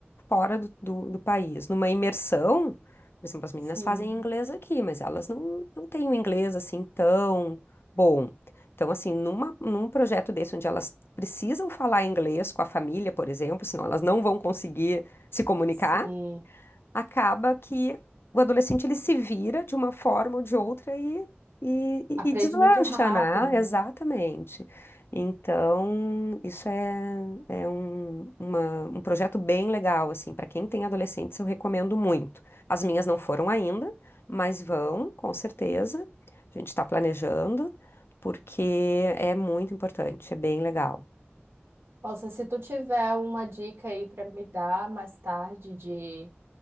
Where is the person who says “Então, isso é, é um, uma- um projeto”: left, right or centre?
Left